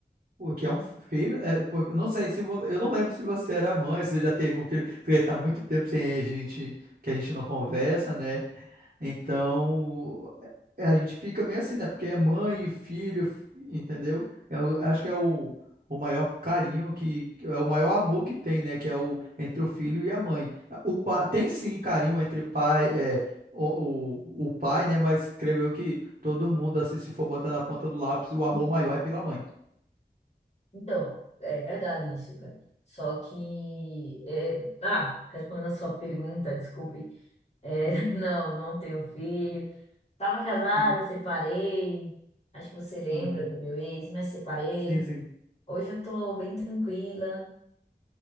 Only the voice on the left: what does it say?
Então, é verdade isso, cara. Só que, é, ah, respondendo a sua pergunta, desculpe, é,
<laughs> não, não tenho filho. Tava casada,
separei. Acho que você lembra
do meu ex, mas separei.
Hoje eu tô bem tranquila.